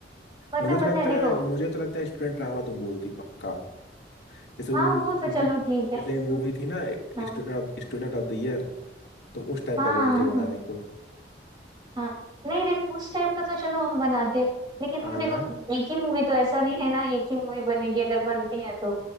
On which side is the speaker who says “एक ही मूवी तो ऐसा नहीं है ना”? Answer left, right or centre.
Right